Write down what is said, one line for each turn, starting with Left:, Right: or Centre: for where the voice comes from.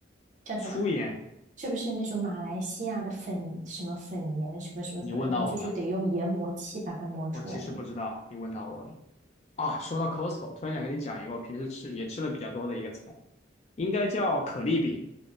Right: 叫什么？
Left: 粗盐。
Right: 是不是那种马来西亚的粉什么粉盐什么什么什么？
Left: 你问到我了，
Right: 然后就是得用研磨器把它磨出来的，
Left: 我其实不知道，你问到我了啊。说到 Costco，突然想跟你讲一个我平时吃也吃的比较多的一个菜，应该叫可丽饼，